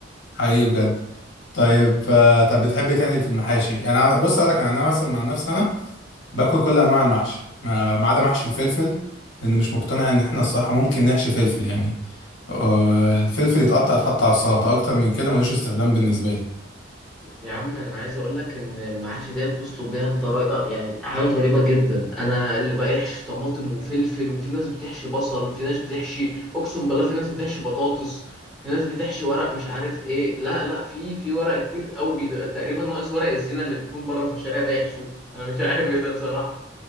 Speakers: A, on the left; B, in the centre.
A: حقيقي بجد طيب آه، طب بتحب إيه تاني في المحاشي يعني أنا- بص اقول لك يعني انا مثلا مع نفسي انا باكل كل انواع المحشي ما ما عدا محشي الفلفل لان مش مقتنع ان احنا الصراحه ممكن نحشي فلفل يعني آه، الفلفل يتقطع يتحط على السلطه اكتر من كده ملوش استخدام بالنسبه لي
B: يا عم انا عايز اقول لك ان المعاش ديت وصلوا بيها لطريقه يعني حاجه غريبه جدا انا اللي بقيحش طماطم وفلفل وفي ناس بتحشي بصل في ناس بتحشي اقسم بالله في ناس بتحشي بطاطس في ناس بتحشي ورق مش عارف ايه لا لا في في ورق كتير قوي بي... تقريبا ناقص ورق الزينه اللي بيكون بره في الشارع ده يحشوه انا مش عارف ايه ده بصراحه